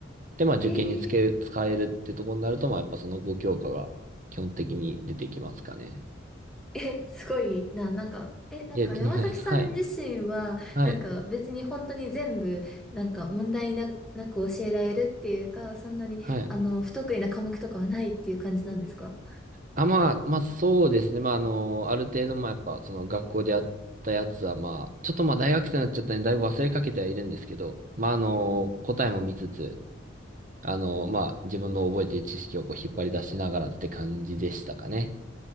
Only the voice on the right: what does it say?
で、まあ、受験につける、
使えるってところになると、
まあ、やっぱそのご教科が基本的に出てきますかね。
で、とんでもないです。はい。はい。
はい。
あ、まあ、まあそうですね。まああの、ある程度まあやっぱその学校でやったやつはまあ、ちょっとまあ大学生になっちゃったんでだいぶ忘れかけてはいるんですけど、まああの、
答えも見つつ、あの、まあ自分の覚えている知識をこう引っ張り出しながらって感じでしたかね。